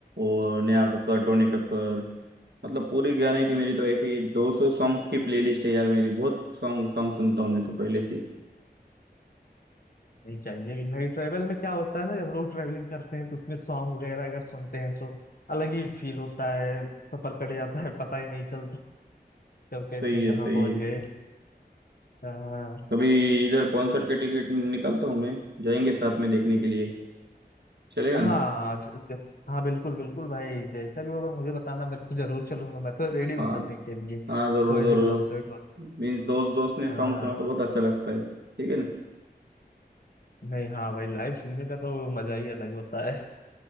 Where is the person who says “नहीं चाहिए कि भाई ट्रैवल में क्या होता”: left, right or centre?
Left